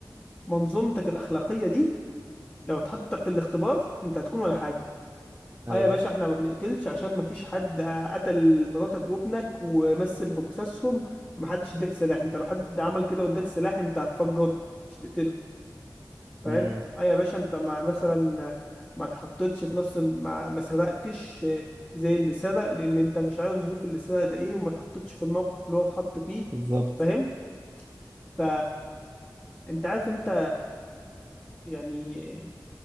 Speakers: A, on the left; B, on the right.
A: منظومتك الاخلاقيه دي لو اتحطت تحت الاختبار انت هتكون ولا حاجه
B: ايوه
A: اه يا باشا احنا ما بنقتلش عشان ما فيش حد قتل مراتك وابنك ومثل بجثثهم ومحدش اداك سلاح انت لو حد عمل كده واداك سلاح انت هتفجره مش تقتله فاهم
B: امم
A: اه يا باشا انت ما مثلا ما تحطتش في نفس ما, ما سرقتش اه، زي اللي سرق لان انت مش عارف ظروف اللي سرق ده ايه وما تحطتش في الموقف اللي هو اتحط فيه
B: بالظبط
A: فاهم ف انت عارف انت يعني